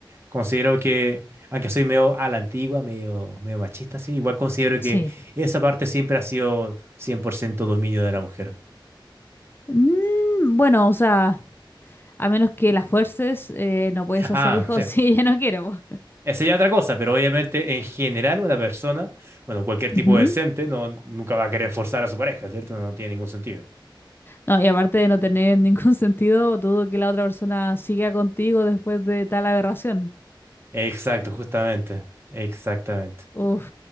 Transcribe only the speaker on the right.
Considero que, aunque soy medio a la antigua, medio, medio machista, sí, igual considero
que esa parte siempre ha sido 100% dominio de la mujer.
Ah,
sí,
esa ya es otra cosa, pero obviamente en general una persona, bueno, cualquier
tipo decente, no, nunca va a querer forzar a su pareja, ¿cierto? No tiene ningún sentido.
Exacto, justamente, exactamente.